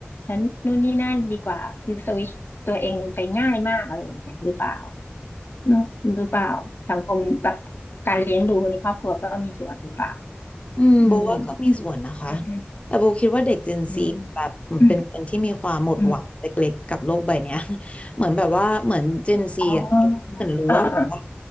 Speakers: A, on the left; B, on the left.
A: ฉันนู่นนี่นั่นดีกว่าคือสวิตชตัวเองไปง่ายมากอะไรอย่างเงี้ยหรือเปล่า เนอะหรือเปล่าสังคมแบบการเลี้ยงดูในครอบครัวก็มีส่วนหรือเปล่า
B: อืมโบว่าก็มีส่วนนะคะ
A: อืมใช่ไหม
B: แต่โบคิดว่าเด็ก Gen
A: อืม
B: Z แบบเหมือนเป็นเป็นที่มีความหมดหวังเล็กๆกับโลกใบเนี้ย
A: อืมอืม
B: <laughs> เหมือนแบบว่าเหมือน Gen Z
A: อ๋ออ่าอ่า
B: อ่ะเหมือนรู้ว่าแบบว่า